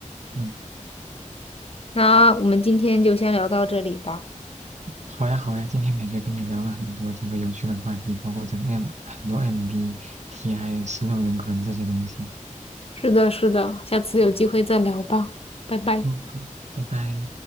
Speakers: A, on the right (about 60°); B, on the left (about 45°).
A: 嗯。
B: 那我们今天就先聊到这里吧。
A: 好呀，好呀，今天感觉跟你聊了很多整个有趣的话题，包括整个 M 很多 MBTI 十六人格这些东西。
B: 是的，是的，下次有机会再聊吧，拜拜。
A: 嗯，好，拜拜。